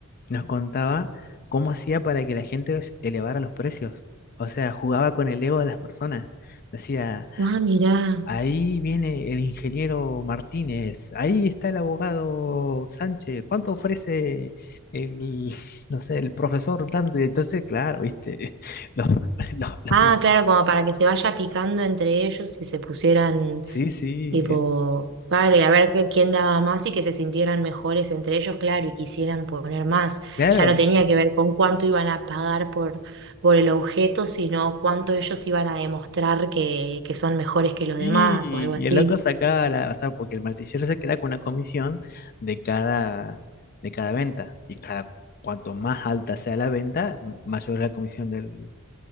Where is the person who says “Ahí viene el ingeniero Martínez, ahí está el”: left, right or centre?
Left